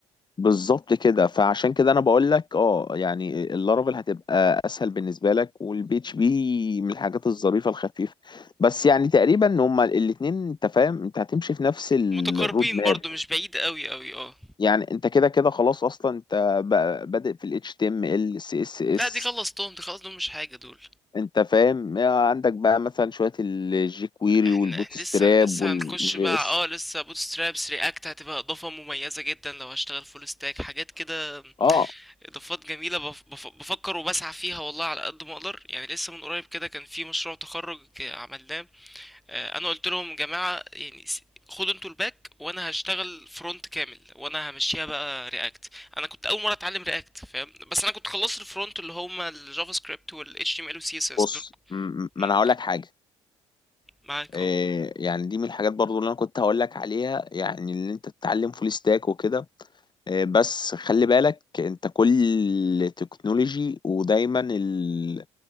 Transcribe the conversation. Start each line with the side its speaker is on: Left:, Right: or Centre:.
Left: بالظبط كده فعشان كده انا بقول لك اه يعني اللارافيل هتبقى اسهل بالنسبه لك والبيتش بي من الحاجات الظريفه الخفيفه بس يعني تقريبا هما الاثنين انت فاهم انت هتمشي في نفس الرود
Centre: متقاربين
Left: ماب
Centre: برضو مش بعيد قوي قوي اه
Left: يعني انت كده كده خلاص اصلا انت بقى بادئ في الاتش تي ام ال سي اس اس
Centre: لا دي خلصتهم دي خلاص دول مش حاجه دول
Left: انت فاهم عندك بقى مثلا شويه الجي كويري
Centre: احنا
Left: والبوت
Centre: احنا لسه
Left: ستراب
Centre: لسه
Left: والجي
Centre: هنخش بقى
Left: اس
Centre: اه لسه بوت سترابس رياكت هتبقى اضافه مميزه جدا لو هشتغل فول ستاك حاجات كده
Left: اه
Centre: اضافات جميله بف بف بفكر وبسعى فيها والله على قد ما اقدر يعني لسه من قريب كده كان في مشروع تخرج عملناه آه، انا قلت لهم جماعه يعني س- خدوا انتوا الباك وانا هشتغل فرونت كامل وانا همشيها بقى رياكت انا كنت اول مره اتعلم رياكت فاهم بس انا كنت خلصت الفرونت اللي هما الجافا سكريبت والاتش تي ام ال والسي اس اس
Left: بص
Centre: دول
Left: م- م- ما
Centre: مم.
Left: انا هقول لك حاجه
Centre: معاك
Left: آه،
Centre: اه
Left: يعني دي من الحاجات برضو اللي انا كنت هقول لك عليها يعني اللي انت تتعلم فول ستاك وكده آه، بس خلي بالك انت كل تكنولوجي ودايما ال-